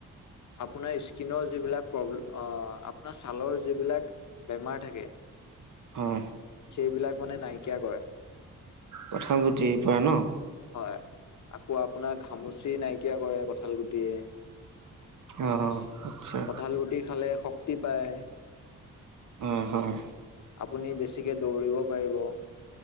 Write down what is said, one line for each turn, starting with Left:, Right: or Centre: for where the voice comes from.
Left: আপোনাৰ স্কিনৰ যিবিলাক প্ৰব্লেম অঁ আপোনাৰ ছালৰ যিবিলাক বেমাৰ থাকে
Right: হঁ।
Left: সেইবিলাক মানে নাইকিয়া কৰে
Right: কথা গুতিৰ পৰা ন
Left: হয় আকৌ আপোনাক ঘামুচি নাইকিয়া কৰে কঁঠাল গুটিয়ে
Right: অঁ আচ্ছা
Left: কঁঠাল গুটি খালে শক্তি পায়
Right: হয় হয়
Left: আপুনি বেছিকে দৌৰিব পাৰিব